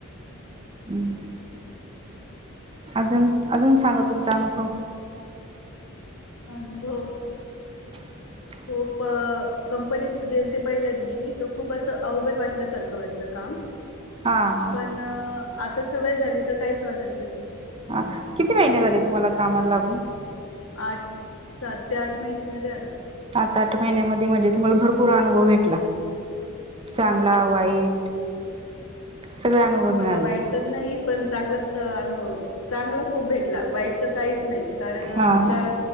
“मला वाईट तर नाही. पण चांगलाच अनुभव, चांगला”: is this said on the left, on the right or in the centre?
Left